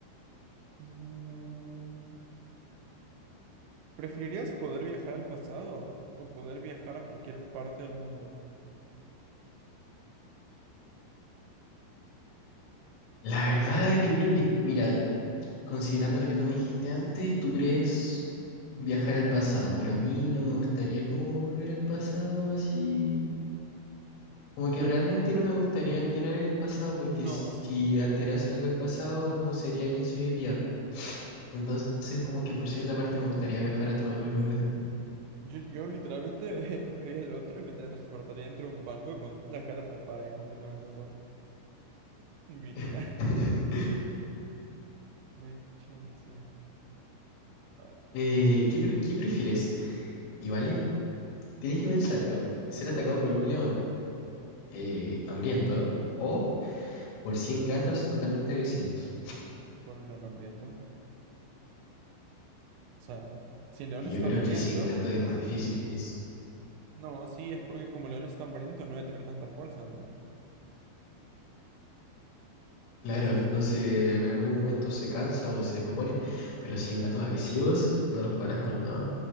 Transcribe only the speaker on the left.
La verdad, yo creo que, mira, Considerando lo que tú me dijiste antes, tú crees viajar al pasado, pero a mí no me gustaría como volver al pasado, si como que realmente no me gustaría alterar el pasado, porque
si
si
alterase
algo el pasado no sería quien soy hoy día. Entonces, como que por cierta parte me gustaría viajar a todos los lugares del mundo.
<laughs>
Eh, ¿qué, pre- qué prefieres? Igual es- tienes que pensarlo, ser atacado por un león eh, hambriento o por 100 gatos totalmente agresivos.
Y
yo creo
que si en gato es más difícil que es.
Claro,
entonces
en algún momento se cansa o se descompone, pero si en gatos agresivos no los paras con nada.